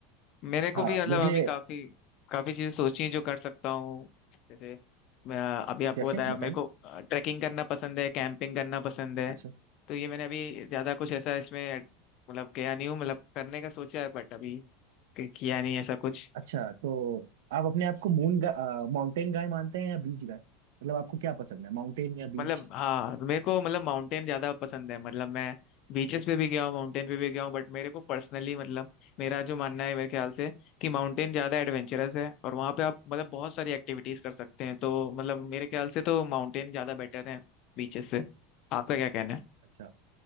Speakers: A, on the left; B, on the right.
A: मेरे को
B: हाँ
A: भी मतलब
B: मुझे
A: अभी काफी काफी चीजें सोची हैं जो कर सकता हूँ जैसे मैं अभी आपको
B: जैसे
A: बताया
B: बताइए
A: मेरे को ट्रैकिंग करना पसंद है कैंपिंग करना पसंद है
B: अच्छा
A: तो ये मैंने अभी ज्यादा कुछ ऐसा इसमें मतलब गया नहीं हूँ मतलब करने का सोचा है बट अभी कि- किया नहीं ऐसा कुछ
B: अच्छा तो आप अपने आप को मून गा, माउंटेन गाय मानते हैं या बीच गाय मतलब आपको क्या पसंद है माउंटेन या
A: मतलब
B: बीच
A: हाँ मेरे को मतलब माउंटेन ज्यादा पसंद है मतलब मैं बीचेस पे भी गया हूँ माउंटेन पे भी गया हूँ बट मेरे को पर्सनली मतलब मेरा जो मानना है मेरे ख्याल से कि माउंटेन ज्यादा एडवेंचरस है और वहाँ पे आप मतलब बहुत सारी एक्टिविटीज कर सकते हैं तो मतलब मेरे ख्याल से तो माउंटेन ज्यादा बेटर है बीचेस से आपका क्या कहना है
B: अच्छा